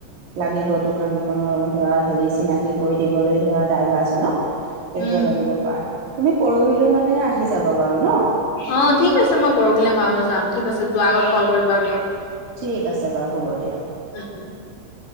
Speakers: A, on the right; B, on the left.
A: লাগিব দোকানখনৰ উধৰা। হেৰি চিনাকি কৰি দিবলৈ ধৰা ড্ৰাইভাৰজনক তেতিয়া
B: উম
A: লাগিব পাৰে। তুমি পৰহিলৈ মানে আহি যাব বাৰু ন।
B: অঁ ঠিক আছে মই পৰহিলৈম বাৰুা যাম ঠিক আছে যোৱাৰ আগত কল কৰিম বাৰু দিয়ক।
A: ঠিক আছে বাৰু হ'ব দিয়া।
B: <unintelligible>